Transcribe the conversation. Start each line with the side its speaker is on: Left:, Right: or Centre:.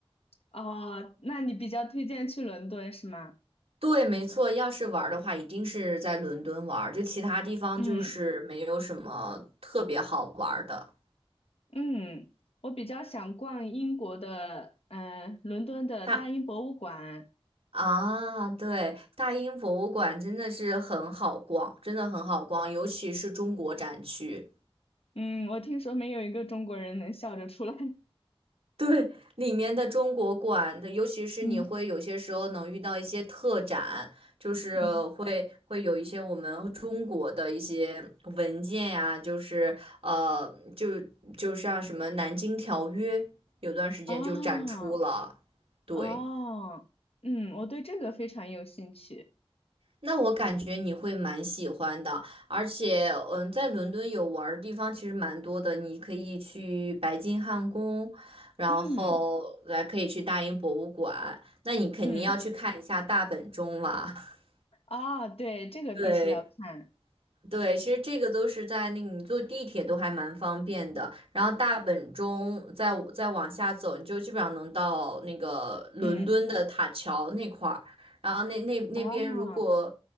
Left: 哦，那你比较推荐去伦敦是吗？
Right: 对，没错，要是玩儿的话，一定是在伦敦玩儿，就其他地方就是没有什么特别好玩儿的。
Left: 嗯嗯，我比较想逛英国的，嗯、呃，伦敦的大英博物馆。
Right: 大啊，对，大英博物馆真的是很好逛，真的很好逛，尤其是中国展区。
Left: 嗯，我听说没有一个中国人能笑着出来。<laughs>
Right: 对，里面的中国馆的，尤其是你会有些时候能遇到一些特展，
Left: 嗯
Right: 就是会会有一些我们中国的一些文件呀、
Left: 嗯，
Right: 就是呃，就就像什么《南京条约》，有段时间就展出了，
Left: 啊
Right: 对。
Left: 啊，嗯，我对这个非常有兴趣。
Right: 那我感觉你会蛮喜欢的，而且，嗯，在伦敦有玩儿的地方其实蛮多的，你可以去白金汉宫，然后来可以去大英博物馆，
Left: 嗯
Right: 那你肯定要去看一下大本钟啦。
Left: 嗯
Right: <laughs>
Left: 啊，对，这个必须要看。
Right: 对，对，其实这个都是在那个你坐地铁都还蛮方便的，然后大本钟再再往下走，你就基本上能到那个伦敦的塔桥那块儿，
Left: 嗯
Right: 然后那那那边如果
Left: 啊，